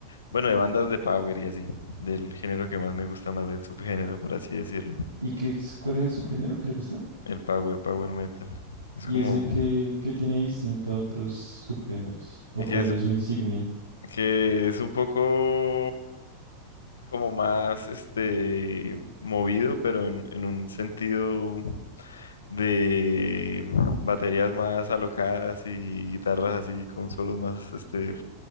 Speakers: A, on the left; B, on the right.
A: bueno, de bandas de power y así, del género que más me gusta más, del subgénero, por así decirlo.
B: ¿Y qué es, cuál es el subgénero que le gusta?
A: El power, power metal. Es
B: ¿Y
A: como...
B: ese que, tiene distinto a otros subgéneros? ¿O
A: Es
B: cuál
A: que es,
B: es su insignia?
A: que es un poco como más este movido, pero en, en un sentido de baterías más alocadas y guitarras así con solos más este